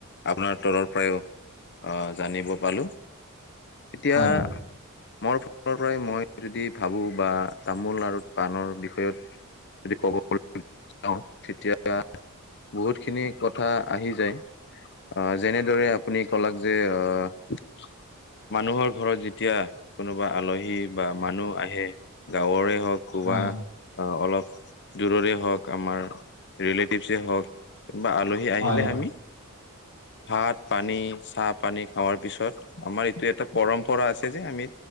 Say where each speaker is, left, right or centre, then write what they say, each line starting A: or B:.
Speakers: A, on the left; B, on the left.
A: আপোনাৰ তৰফৰ পৰাও জানিব পালো। এতিয়া
B: হয়
A: মোৰ ফালৰ পৰাই মই যদি ভাবো বা তামোল আৰু পাণৰ বিষয়ত যদি কব <unintelligible> যাওঁ তেতিয়া বহুতখিনি কথা আহি‌ যায়। আহ যেনেদৰে আপুনি কলাক যে আহ মানুহৰ ঘৰত যেতিয়া কোনোবা আলহী বা মানুহ আহে গাঁৱৰে হওঁক
B: হয়
A: বা অলপ দূৰৰে হওঁক আমাৰ ৰিলেটিভছে হওঁক কিনবা আলহী আহিলে
B: হয়
A: আমি ভাত পানী চাহ পানী খাৱাৰ পিছত আমাৰ এইটো পৰম্পৰা আছে যে আমি